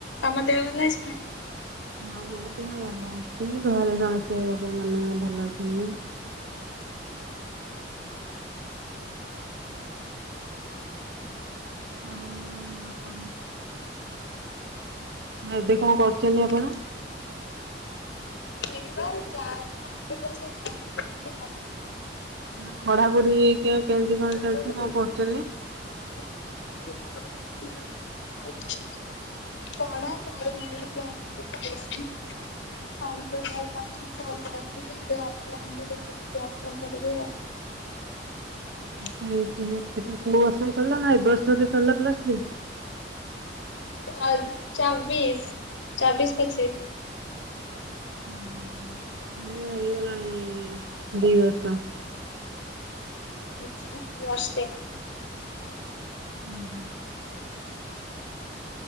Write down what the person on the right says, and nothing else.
ହଁ ମୁଁ କିନ୍ତୁ ଭଲ ଅଛି ଘରେ ସମସ୍ତେ ବାପା ମା ମାନେ ଭଲ ଅଛନ୍ତି। ଆଉ ଆପଣ ଆଉ ଏବେ କଣ କରୁଚନ୍ତି
ଆପଣ?
ନା ପଢାପଢି କେ କେମିତି କଣ ଚାଲିଚି
କଣ ପଢିଚନ୍ତି?
<unintelligible> ପ୍ଲସ ଥ୍ରୀ ସରଲାନା <unintelligible> ପ୍ଲସ ଥ୍ରୀ
ହଁ ମାନେ ହେଇଗଲାଣି ଦି ବର୍ଷ।
ହୁଁ।